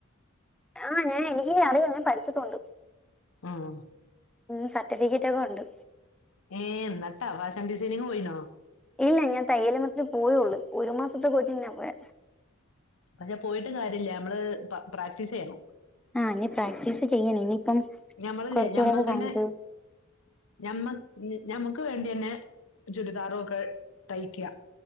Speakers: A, in the centre; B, on the left.
A: ആ ഞാ എനിക്ക് അറിയും ഞാൻ പഠിച്ചിട്ടുണ്ട്.
B: ആഹ്.
A: ഉം സർട്ടിഫിക്കറ്റ് ഒക്കെ ഉണ്ട്.
B: ഏ ന്നിട്ടാ ഫാഷൻ ഡിസൈനിങ് പോയിന്നോ?
A: ഇല്ല ഞാൻ തയ്യല <unintelligible> പോയുള്ളൂ ഒരു മാസത്തെ കോച്ചിങ്ങിനാ പോയെ.
B: പഷെ പോയിട്ട് കാര്യല്ല ഞമ്മള് പ്ര പ്രാക്ടീസെയ്യണം.
A: ആ ഇനി പ്രാക്ടീസ് ചെയ്യണം ഇനിയിപ്പം
B: ഞമ്മള്ല്ലേ
A: കുറച്ചുകൂടെക്കെ
B: ഞമ്മക്കന്നെ
A: കഴിഞ്ഞിട്ട്
B: ഞമ്മക് ഞമ്മക്ക് വേണ്ടിന്നെ ചുരിദാറൊക്കെ തയ്ക്ക